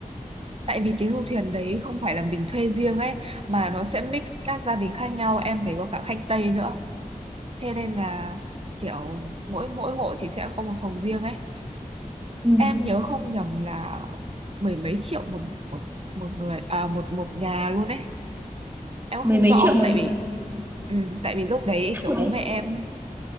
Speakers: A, on the right; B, on the right.
A: Tại vì cái du thuyền đấy không phải là mình thuê riêng ấy mà nó sẽ mix các gia đình khác nhau em thấy có cả khách Tây nữa thế nên là kiểu mỗi mỗi hộ thì sẽ có một phòng riêng ấy
B: Ừ.
A: em nhớ không nhầm là mười mấy triệu một một một người à một một nhà luôn ấy em
B: Mười
A: không
B: mấy
A: rõ
B: triệu một
A: tại
B: nhà
A: vì ừ, tại vì lúc đấy
B: đắt
A: kiểu
B: rồi
A: bố
B: đấy.
A: mẹ em